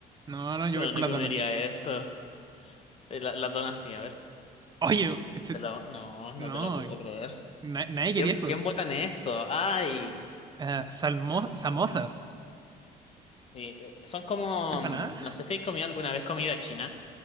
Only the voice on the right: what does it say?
No, no, yo
voy por
las
donuts.
Oye, ese-
no,
na- nadie quería
eso.
Ah, salmo- samosas,
empanada,